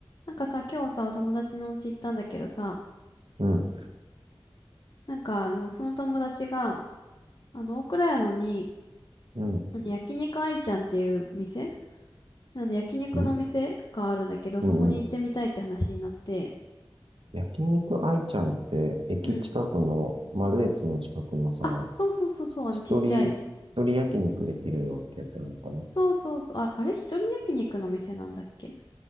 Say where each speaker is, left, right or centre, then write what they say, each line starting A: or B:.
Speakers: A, on the left; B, on the right.
A: なんかさ、今日さ、お友達のお家行ったんだけどさ、
B: うん、
A: なんか、あの、その友達が、あの、大倉山に、
B: うん、
A: あの、焼肉愛ちゃんっていう店あの、焼肉の店があるんだけど、
B: うん、うん。
A: そこに行ってみたいって話になって、
B: うん焼肉愛ちゃんって、駅近くの、
A: うん。
B: マルエツの近くのさ、
A: あ、そうそうそうそう、あの、
B: 一人、
A: ちっちゃい。
B: 一人焼肉できるよってやつなのかない
A: そうそうそう、あ、あれ一人焼肉の店なんだっけ